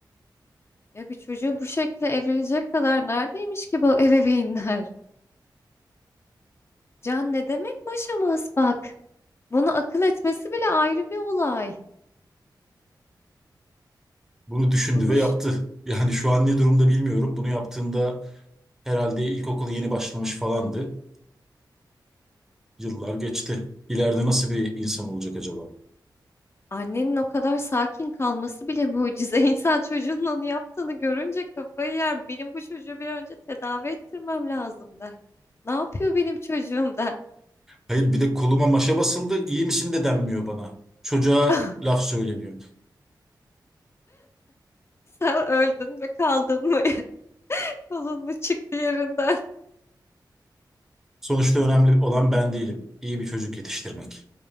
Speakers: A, on the left; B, in the centre.
A: Ya bir çocuğu bu şekilde evlenecek kadar neredeymiş ki bu ebeveynler? Can ne demek maşamaz bak. Bunu akıl etmesi bile ayrı bir olay.
B: Bunu düşündü
A: Bu, bu,
B: ve yaptı.
A: ş-
B: <laughs> Yani şu an ne durumda bilmiyorum. Bunu yaptığında herhalde ilkokula yeni başlamış falandı. Yıllar geçti. İleride nasıl bir insan olacak acaba?
A: Annenin o kadar sakin kalması bile mucize. <laughs> İnsan çocuğunun onu yaptığını görünce kafayı yer. Benim bu çocuğu bir an önce tedavi ettirmem lazım der. Ne yapıyor benim çocuğum der.
B: Hayır bir de koluma maşa basıldı. İyi misin de denmiyor bana. Çocuğa
A: <laughs>
B: laf söyleniyor.
A: Sen öldün mü kaldın mı? <laughs> Kolun mu çıktı yerinden?
B: Sonuçta önemli olan ben değilim. İyi bir çocuk yetiştirmek.